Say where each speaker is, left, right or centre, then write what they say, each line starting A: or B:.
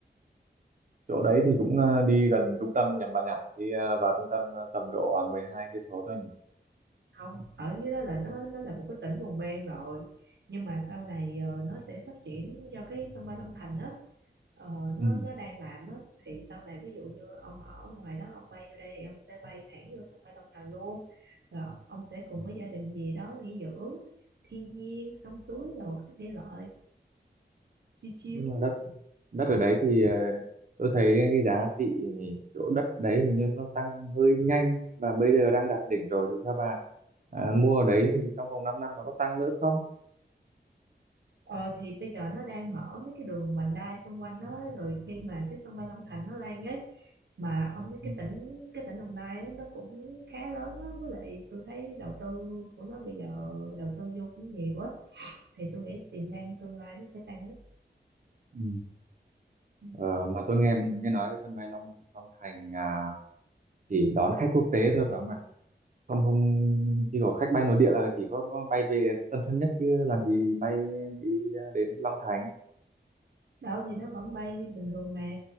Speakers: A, on the right (about 45°); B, on the right (about 70°).
A: chỗ đấy thì cũng ờ, đi gần trung tâm nhầm bà nhỉ đi ờ, vào trung tâm ờ, tầm độ ờ, 12 cây số thôi nhỉ
B: không ở dưới đó là nó nó là một cái tỉnh vùng ven rồi nhưng mà sau này ờ, nó sẽ phát triển do cái sân bay Long Thành á ờ,
A: ừ.
B: nó nó đang làm á thì sau này ví dụ như ông ở ngoài đó ông bay vô đây thì ông sẽ bay thẳng vô sân bay Long Thành luôn rồi ông sẽ cùng
A: Ừ.
B: với gia đình gì đó nghỉ dưỡng thiên nhiên sông suối rồi cái thể loại chill chill
A: nhưng mà đất đất ở đấy thì ờ, tôi thấy cái giá trị chỗ đất đấy hình như nó tăng hơi nhanh và bây giờ đang đạt đỉnh rồi thì theo bà à, mua ở đấy thì trong vòng 5 năm nó có tăng nữa không
B: Ờ thì bây giờ nó đang mở mấy cái đường vành đai xung quanh đó rồi khi mà cái sân bay Long Thành nó lên ấy mà ông thấy
A: ừ.
B: cái tỉnh cái tỉnh Đồng Nai đó, nó cũng khá lớn á với lại tôi thấy đầu tư của nó bây giờ đầu tư vô cũng nhiều á thì tôi nghĩ tiềm năng tương lai nó sẽ tăng á
A: Ừ.
B: Ừ.
A: Ờ, mà tôi nghe nghe nói cái sân bay Long Long Thành à, chỉ đón khách quốc tế thôi phải không ạ không không chỉ có khách bay nội địa là chỉ có bay về Tân Sơn Nhất chứ làm gì bay đi à, đến Long Thành
B: đâu thì nó vẫn bay bình thường mà